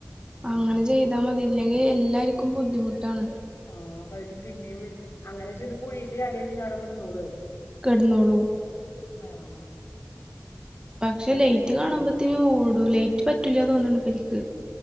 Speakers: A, on the right; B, on the left.
A: അങ്ങനെ
B: ആഹ്
A: ചെയ്ത യ്താമതി ഇല്ലെങ്കി എല്ലാര്ക്കും ബുദ്ധിമുട്ടാണ്
B: ആഹ് വരും പിന്നേം വരും അങ്ങനെ ചെന്ന് കുഴിക്ക്ചാടിയാ പിന്നെ അവിടെ കെട്ന്നൊളുഅത്
A: കെട്ന്നോളും
B: ആഹ്
A: പക്ഷെ
B: പിന്നെ
A: ലൈറ്റ്
B: വരില്ലല്ലോ
A: കാണുമ്പത്തിന് ഓടും ലൈറ്റ് പറ്റൂല തോന്നുണ് പര്ക്ക്